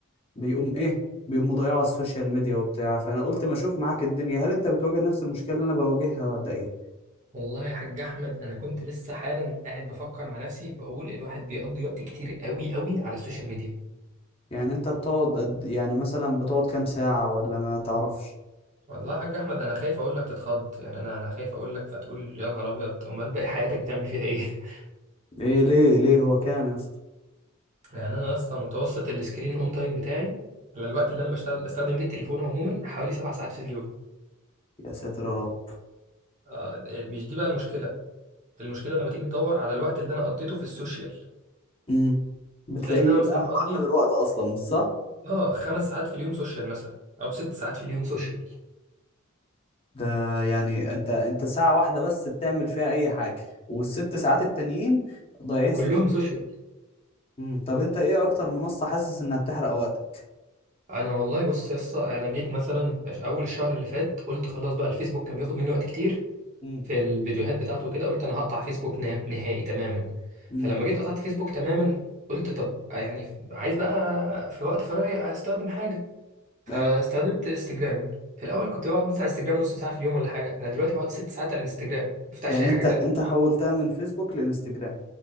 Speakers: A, on the left; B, on the right.
A: بيقوم ايه بيقوم مضيعه على السوشيال ميديا وبتاع فانا قلت ما اشوف معاك الدنيا هل انت بتواجه نفس المشكلة اللي انا بواجهها ولا ايه
B: والله يا حاج احمد انا كنت لسه حالا قاعد بفكر مع نفسي بقول الواحد بيقضي وقت كتير قوي قوي على السوشيال ميديا
A: يعني انت بتقعد قد- يعني مثلا بتقعد كام ساعة ولا ما تعرفش
B: والله يا حاج احمد انا خايف اقول لك تتخض يعني انا انا خايف اقول لك فتقول يا نهار ابيض امال باقي حياتك بتعمل فيها ايه <laughs>
A: ايه ليه ليه هو كام يا اسطى
B: يعني انا اصلا متوسط السكرين اون تايم بتاعي على الوقت اللي انا بشتغل بستخدم فيه التليفون عموما حوالي سبع ساعات في اليوم
A: يا ساتر يا رب
B: آه، مش دي بقى المشكلة المشكله لما تيجي تدور على الوقت اللي انا قضيته في السوشيال
A: امم بتلاقيه
B: تلاقي ان انا مثلا
A: بقى
B: بقضي
A: هو اغلب الوقت اصلا مش صح
B: اه خمس ساعات في اليوم سوشيال مثلا او ست ساعات في اليوم سوشيال
A: ده يعني انت انت ساعة واحدة بس بتعمل فيها اي حاجة والست ساعات التانيين ضايعين
B: كلهم
A: سوشيال
B: سوشيال
A: امم طب انت ايه اكتر منصة حاسس انها بتحرق وقتك
B: انا والله بص يا اسطى انا جيت مثلا عش- اول الشهر اللي فات قلت خلاص بقى الفيسبوك كان بياخد مني وقت كتير
A: امم
B: في الفيديوهات بتاعته وكده قلت انا هقطع فيسبوك نام- نهائي تماما
A: امم
B: فلما جيت قطعت فيسبوك تماما قلت طب يعني عايز بقى في وقت فراغي استخدم حاجه فاستخدمت
A: ايوه
B: انستجرام في الاول كنت بقعد مثلا على انستجرام نص ساعه في اليوم ولا حاجه انا دلوقتي بقعد ست ساعات على الانستجرام ما بفتحش
A: يعني
B: اي حاجه
A: انت
B: تانية
A: انت حولتها من فيسبوك لانستجرام